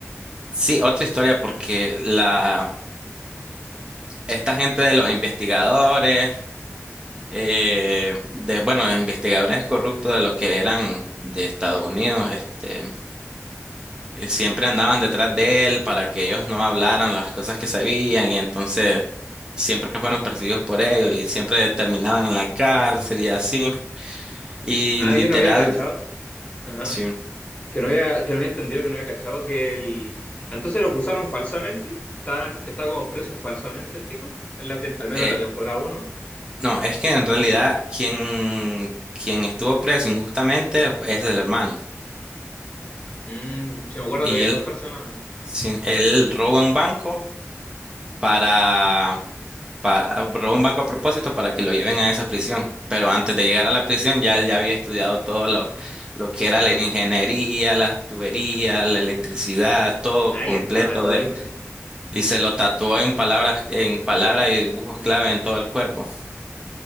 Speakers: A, on the right (about 20°); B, on the left (about 25°).
A: Sí, otra historia porque la esta gente de los investigadores, eh, de, bueno, los investigadores corruptos de los que eran de Estados Unidos, este, eh, siempre andaban detrás de él para que ellos no hablaran las cosas que sabían y entonces siempre fueron perseguidos por él y siempre terminaban en la cárcel
B: Ajá.
A: y así. Y
B: Ah,
A: literal,
B: yo no había cachado. Ajá.
A: sí.
B: Que no había, que no había entendido, que no había cachado que el... Entonces lo acusaron falsamente. Está, está como preso falsamente el tipo, en la tem- al menos
A: eh,
B: en la temporada uno
A: no, es que en realidad quien, quien estuvo preso injustamente es el hermano.
B: Mm, sí, me acuerdo
A: Y
B: que habían
A: él,
B: dos personas.
A: sí, él roba un banco para para, robó un banco a propósito para que lo lleven a esa prisión. Pero antes de llegar a la prisión, ya él ya había estudiado todo lo, lo que era la ingeniería, las tuberías, la electricidad, todo
B: Ah,
A: completo
B: ya estaba todo
A: de,
B: listo.
A: y se lo tatuó en palabras, en palabras y dibujos clave en todo el cuerpo.